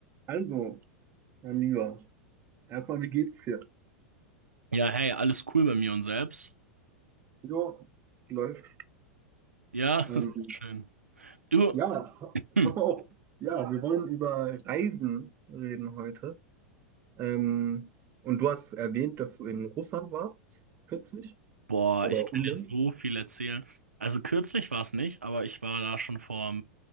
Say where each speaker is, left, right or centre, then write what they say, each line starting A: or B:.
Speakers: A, on the right; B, on the right.
A: Also, mein Lieber, erstmal, wie geht's dir?
B: Ja, hey, alles cool bei mir und selbst.
A: Jo, läuft.
B: Ja,
A: Ähm,
B: <laughs> sehr schön. Du,
A: ja,
B: hm,
A: pass mal auf. Ja, wir wollen über Reisen reden heute. Ähm, und du hast erwähnt, dass du in Russland warst, kürzlich
B: boah,
A: oder
B: ich kann
A: unlängst.
B: dir so viel erzählen. Also kürzlich war es nicht, aber ich war da schon vor